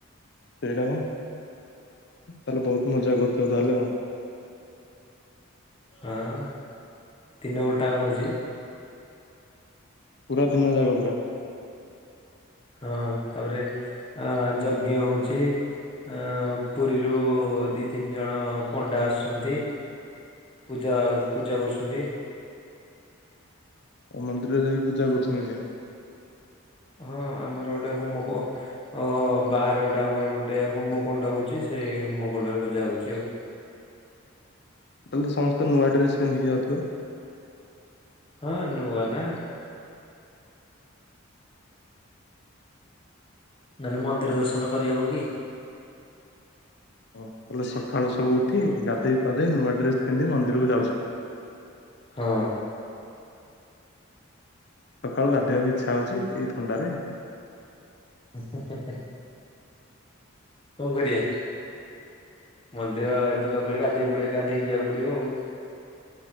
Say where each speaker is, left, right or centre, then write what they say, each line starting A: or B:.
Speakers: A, on the left; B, on the left.
A: ସେଇଟା ବା ତାହେଲେ ବହୁତ ମଜା କରୁଥିବ ତାହେଲେ ଆଉ।
B: ଆଁ ତିନ ନମ୍ବରଟା କ ହଉଛି?
A: ପୁରା ଦିନ ଜାକ ପୁରା।
B: ହଁ ତାପରେ ଅ ଯଜ୍ଞ ହଉଛି। ଆଁ ପୁରୀରୁ ଦି ତିନି ଜଣ ପଣ୍ଡା ଆସୁଛନ୍ତି। ପୂଜା ଆଉ ପୂଜା କରୁଛନ୍ତି।
A: ଓ ମନ୍ଦିରରେ ଯାଇକି ପୂଜା କରୁଛନ୍ତି ଅଇଁଛା।
B: ହଁ ଆମର ଗୋଟେ ହୁମକ ଓ ବାହାରେ ଗୋଟେ ଆମର ଗୋଟେ ହୋମକୁଣ୍ଡ ହଉଛି ସେଇ ହୋମକୁଣ୍ଡ ରେ ପୂଜା ହଉଛି ଆଉ।
A: ତାହେଲେ ସମସ୍ତେ ନୂଆଡ୍ରେସ ପିନ୍ଧିକି ଯାଉଥିବ?
B: ହଁ ନୂଆ ନା। ନହେଲେ ମନ୍ଦିର ଦର୍ଶନ କରିହବ କି?
A: ହ ତାହଲେ ସକାଳୁ ସବୁ ଉଠି ଗାଧୋଇ ପାଧେଇ ନୂଆ ଡ୍ରେସ୍ ପିନ୍ଧି ମନ୍ଦିରକୁ ଯାଉଛ।
B: ହଁ।
A: ସକାଳୁ ଗାଧୋଇବାକୁ ଇଛା ହଉଛି ଏଇ ଥଣ୍ଡାରେ?
B: ହେଁ ହେଁ ହେଁ କଣ କରିଆ? ମନ୍ଦିର ଯିବାକୁ ହେଲେ ଗାଧୋଇ ପଡିବ ଗାଧେଇକି ଯିବାକୁ ପଡିବ ଆଉ।